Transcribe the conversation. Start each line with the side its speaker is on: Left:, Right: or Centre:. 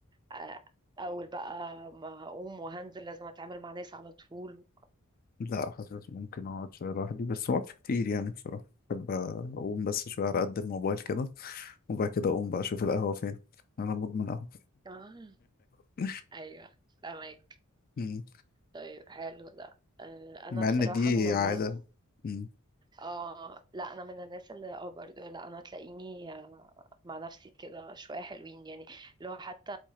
Right: آه، اول بقى ما هقوم وهنزل لازم اتعامل مع ناس على طول
Left: لا حاسس ممكن اقعد شويه لوحدي بس وقت كتير يعني بصراحه بحب اقوم بس شويه على قد الموبايل كده وبعد كده اقوم بقى اشوف القهوه فين انا مدمن قهوه
Right: اه
Left: <laughs>
Right: ايوه فاهمك
Left: مم.
Right: طيب حلو ده آه، انا
Left: مع
Right: بصراحة
Left: ان دي
Right: من الناس
Left: عاده مم.
Right: اه لا انا من الناس اللي اه برضه لا انا تلاقيني آه، مع نفسي كده شويه حلوين يعني لو حتى